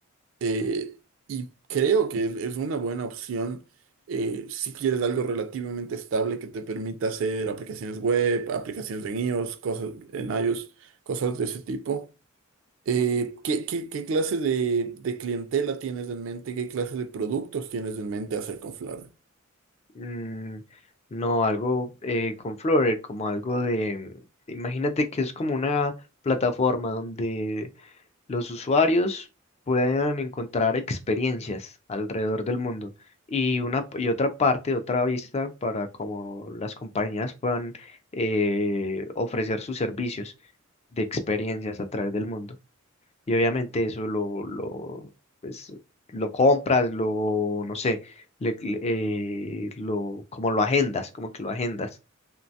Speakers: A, on the right; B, on the left.
A: eh, y creo que es, es una buena opción eh, si quieres algo relativamente estable que te permita hacer aplicaciones web, aplicaciones en iOS, cosas en iOS, cosas de ese tipo. Eh, ¿qué, qué- qué clase de, de clientela tienes en mente? ¿Qué clase de productos tienes en mente hacer con Flavia?
B: mm, no algo eh, con Flutter, como algo de... Imagínate que es como una plataforma donde los usuarios puedan encontrar experiencias alrededor del mundo y una y otra parte, otra vista para como las compañías puedan eh, ofrecer sus servicios de experiencias a través del mundo. Y obviamente eso lo, lo, pues, lo compras, lo, no sé, le- le- eh, lo, como lo agendas, como que lo agendas.